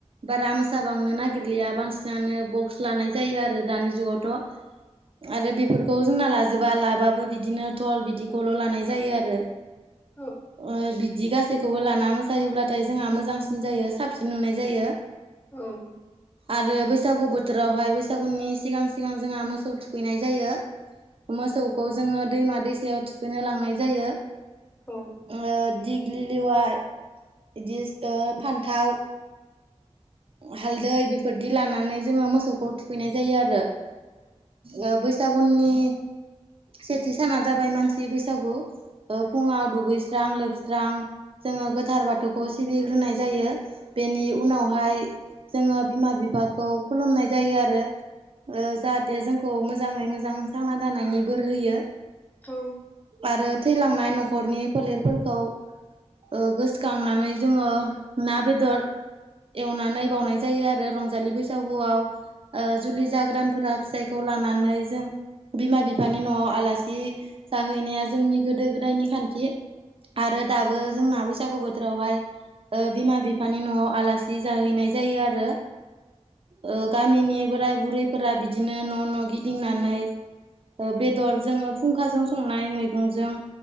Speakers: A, on the right; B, on the left.
A: बारा मोसा साबांनो नागिरलिया बांसिनानो बक्स लानाय जायो आरो दानि जुगावथ'। आरो बेफोरखौ जोंना लाजोबा लाबाबो बिदिनो ठल बिदिखौल' लानाय जायो आरो।
B: औ
A: ओ बिदि गासै खौबो लाना मोसायोब्लाथाय जोंहा मोजांसिन जायो साबसिन नुनाय जायो।
B: औ
A: आरो बैसागु बोथोरावहाय बैसागुनि सिगां सिगां जोंहा मोसौ थुखैनाय जायो। मोसौखौ जोङो दैमा दैसायाव थुखैनो लांनाय जायो।
B: औ
A: ओ दिग्लिलेवा इदि ओ फान्थाव हालदै बेफोरदि लानानै जोङो मोसौखौ थुखैनाय जायो आरो। ओ बैसागुनि सेथि साना जाबाय मानसि बैसागु। ओ फुङाव दुगैस्रां लोबस्रां जोङो गोथार बाथौखौ सिबिग्रोनाय जायो बेनि उनाव हाय जोङो बिमा बिफाखौ खुलुमनाय जायो आरो। ओ जाहाथे जोंखौ मोजाङै मोजां थांना थानायनि बोर होयो।
B: <unintelligible>
A: आरो थैलांनाय न'खरनि फोलेरफोरखौ ओ गोसखांनानै जोङो ना बेदर एवनानै बावनाय जायो आरो रंजालि बैसागुआव ओ जुलि जागोदानफोरा फिसाय खौ लानानै जों बिमा बिफानि न'आव आलासि जाहैनाया जोंनि गोदो गोदायनि खान्थि। आरो दाबो जोंना बैसागु बोथोरावहाय ओ बिमा बिफानि न'आव आलासि सि जाहैनाय जायो आरो। ओ गामिनि बोराय बुरैफोरा बिदिनो न' न' गिदिंनानै ओ बेदर जोङो फुंखाजों संनाय मैगंजों